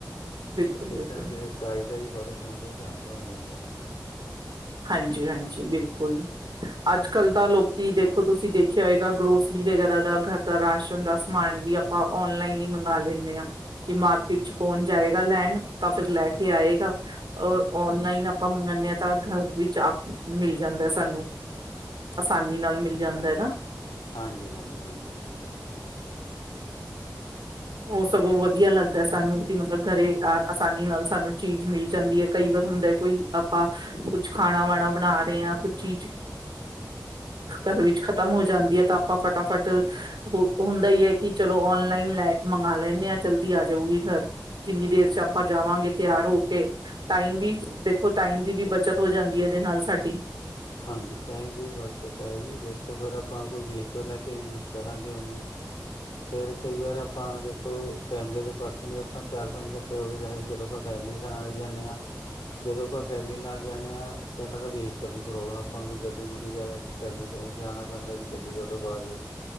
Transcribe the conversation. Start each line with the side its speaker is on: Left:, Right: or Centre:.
Right: ਬਿਲਕੁਲ
Left: ਕਿਤੇ
Right: ਬਿਲਕੁਲ
Left: ਨਾ ਕਿਤੇ, ਸਾਈਜ ਦਾ ਵੀ ਫ਼ਰਕ ਹੋਣ ਦੇ ਚਾਂਸ ਬਣ ਜਾਂਦੇ ਨੇ।
Right: ਹਾਂਜੀ-ਹਾਂਜੀ, ਬਿਲਕੁਲ, ਅੱਜ-ਕੱਲ੍ਹ ਤਾਂ ਲੋਕੀ ਦੇਖੋ ਤੁਸੀਂ ਦੇਖਿਆ ਹੋਏਗਾ, ਗਰੋਸਰੀ ਵਗੈਰਾ ਦਾ ਘਰ ਦਾ ਰਾਸ਼ਨ ਦਾ ਸਮਾਨ ਵੀ, ਆਪਾਂ, ਔਨਲਾਈਨ ਈ ਮੰਗਵਾ ਲੈਂਨੇ ਆ। ਕਿ ਮਾਰਕੀਟ ਚ ਕੌਣ ਜਾਏਗਾ ਲੈਣ, ਤਾਂ ਫਿਰ ਲੈ ਕੇ ਆਏਗਾ। ਔਰ ਔਨਲਾਈਨ, ਆਪਾਂ ਮੰਗਾਨੇ ਆ ਤਾਂ ਘਰ ਵਿੱਚ ਆਪ ਮਿਲ ਜਾਂਦਾ, ਸਾਨੂੰ ਆਸਾਨੀ ਨਾਲ ਮਿਲ ਜਾਂਦਾ ਐ ਨਾ
Left: ਹਾਂਜੀ-ਹਾਂਜੀ, ਹਾਂਜੀ-ਹਾਂਜੀ, ਬਿਲਕੁਲ -ਬਿਲਕੁਲ
Right: ਓ ਸਗੋਂ ਵਧੀਆ ਲੱਗਦਾ, ਸਾਨੂੰ ਕਿ ਮਤਲਬ ਘਰੇ ਆ ਆਸਾਨੀ ਨਾਲ ਸਾਨੂੰ, ਚੀਜ ਮਿਲ ਜਾਂਦੀ ਐ, ਕਈ ਵਾਰ ਹੁੰਦਾ ਕੋਈ ਆਪਾਂ ਕੁਛ ਖਾਣਾ ਵਾਣਾ ਬਣਾ ਰਏ ਆਂ ਕੁੱਛ ਚੀਜ ਘਰ ਵਿੱਚ ਖਤਮ ਹੋ ਜਾਂਦੀ ਐ। ਤਾਂ ਆਪਾਂ ਫਟਾਫਟ ਹੁੰਦਾ ਈ ਐ ਕਿ, ਚਲੋ ਓਨਲਾਈਨ ਲੈ, ਮੰਗਾ ਲੈਂਨੇ ਆਂ ਜਲਦੀ ਆ ਜਾਊਗੀ ਘਰ, ਜਿੰਨੀ, ਦੇਰ 'ਚ ਆਪਾਂ ਜਾਵਾਂਗੇ ਤੇਆਰ ਹੋ ਕੇ, ਟਾਈਮ ਵੀ ਦੇਖੋ ਟਾਈਮ, ਦੀ ਵੀ ਬੱਚਤ ਹੋ ਜਾਂਦੀ ਐ, ਇਦੇ ਨਾਲ ਸਾਡੀ,
Left: ਹਾਂਜੀ, ਟਾਈਮ ਦੀ ਬੱਚਤ ਐ, ਜੀ ਦੇਖੋ ਫਿਰ ਆਪਾਂ ਕੋਈ ਵੀਕਲ ਲੈ ਕੇ ਯੂਜ ਕਰਾਂਗੇ ਓਨੂੰ, ਫੇਰ ਕਈ ਵਾਰ ਆਪਾਂ ਦੇਖੋ, ਫੈਮਲੀ ਦੇ ਪਰਸਨ ਈ ਆਪਾਂ ਚਾਰ, ਪੰਜ ਕੱਠੇ, ਫੇਰ ਓ ਕੈੰਦੇ ਵੀ ਚਲੋ, ਆਪਾਂ ਫੈਮਲੀ ਚ ਆ ਈ ਜਾਂਨੇ ਆਂ। ਜਦੋਂ ਆਪਾਂ, ਫੈਮਲੀ ਨਾਲ ਜਾਂਨੇ ਆਂ ਪੈਲਾਂ ਤਾਂ ਵਹੀਕਲ ਦੀ ਗੋ ਆਪਾਂ ਨੂੰ, ਕੋਈ ਗੱਡੀ -ਗੁੱਡੀ ਕਰਨੀ ਪੈਂ ਜਾਣੀ ਪੈਂਦਾ ਕਿ ਗੱਡੀ ਕੱਢੋ ਬਾਹਰ ਜੀ,